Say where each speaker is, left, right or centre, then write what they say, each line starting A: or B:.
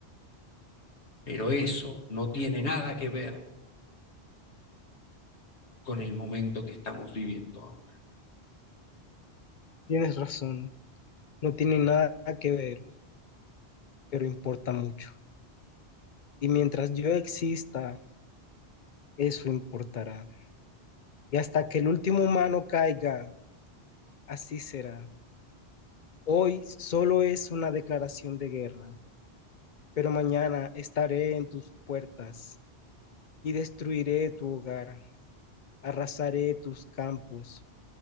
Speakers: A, on the left; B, on the left.
A: Pero eso no tiene nada que ver con el momento que estamos viviendo ahora.
B: Tienes razón, no tiene nada que ver, pero importa mucho. Y mientras yo exista, eso importará. Y hasta que el último humano caiga, así será. Hoy solo es una declaración de guerra, pero mañana estaré en tus puertas y destruiré tu hogar, arrasaré tus campos